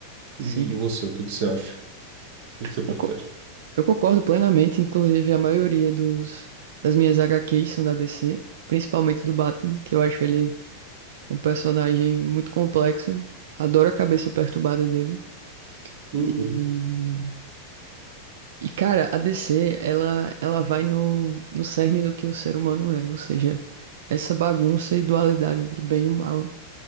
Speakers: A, on the right; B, on the right.
A: Sim,
B: E, e você, o que que você acha? O que que você
A: eu
B: prefere?
A: concor- eu concordo plenamente, inclusive a maioria dos, das minhas HQs são da DC, principalmente do Batman, que eu acho ele um personagem muito complexo, adoro a cabeça perturbada dele.
B: Uhum,
A: E, e cara, a DC, ela, ela vai no, no cerne do que o ser humano é, ou seja, essa bagunça e dualidade entre bem e mal.